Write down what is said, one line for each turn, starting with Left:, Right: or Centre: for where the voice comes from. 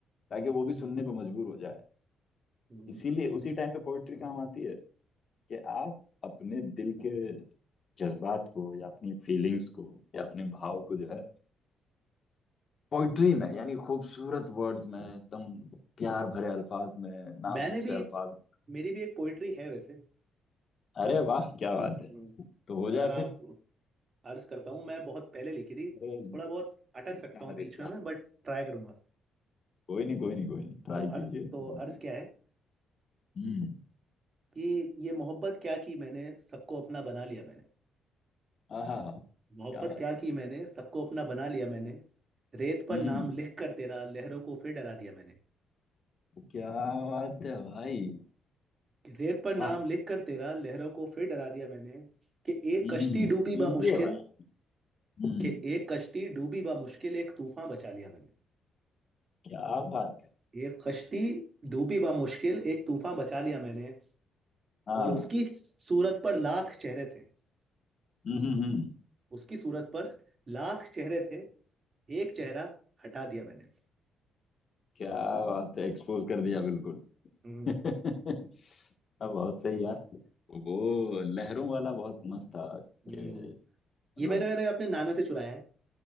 Left: ताकि वो भी सुनने पर मजबूर हो जाए
Right: हम्म,
Left: इसीलिए उसी टाइम पे पोइट्री काम आती है कि आप अपने दिल के जज्बात को या अपनी फीलिंग्स को या अपने भाव को जो है पोइट्री में यानी खूबसूरत वर्ड्स में एकदम प्यार भरे अल्फाज में नाजुक
Right: मैंने भी
Left: से अल्फाज
Right: एक
Left: में
Right: मेरी भी एक पोइट्री है वैसे
Left: अरे वाह क्या बात है
Right: हम्म,
Left: तो हो जाए
Right: अगर आप
Left: फिर
Right: अर्ज करता हूँ मैं बहुत पहले लिखी थी
Left: अरे
Right: थोड़ा बहुत अटक
Left: इरशाद
Right: सकता हूँ बीच
Left: इरशाद
Right: में मैं बट ट्राई करूंगा
Left: कोई नहीं कोई नहीं कोई नहीं ट्राई
Right: तो अर्ज
Left: कीजिए
Right: तो अर्ज क्या है
Left: हम्म
Right: कि ये मोहब्बत क्या की मैंने सबको अपना बना लिया मैंने
Left: आहा हा
Right: मोहब्बत
Left: क्या बात
Right: क्या
Left: है
Right: की मैंने सबको अपना बना लिया मैंने रेत पर
Left: हम्म
Right: नाम लिख कर तेरा लहरों को फिर डरा दिया मैंने
Left: क्या बात है भाई
Right: कि रेत पर नाम
Left: वाह
Right: लिख कर तेरा लहरों को फिर डरा दिया मैंने कि एक
Left: हम्म
Right: कश्ती डूबी
Left: सुनिए
Right: बा मुश्किल
Left: भाई हम्म
Right: कि एक कश्ती डूबी बा मुश्किल एक तूफान बचा लिया मैंने
Left: क्या बात है
Right: एक कश्ती डूबी बा मुश्किल एक तूफान बचा लिया मैंने
Left: हाँ
Right: और उसकी सूरत पर लाख चेहरे थे
Left: हम्म हम्म हम्म।
Right: उसकी सूरत पर लाख चेहरे थे एक चेहरा हटा दिया मैंने
Left: क्या बात है एक्सपोज कर दिया बिल्कुल
Right: हम्म
Left: <laughs> अब बहुत सही यार वो लहरों वाला बहुत मस्त था
Right: हम्म,
Left: कि
Right: ये
Left: मतलब
Right: मैंने मैंने अपने नाना से चुराया है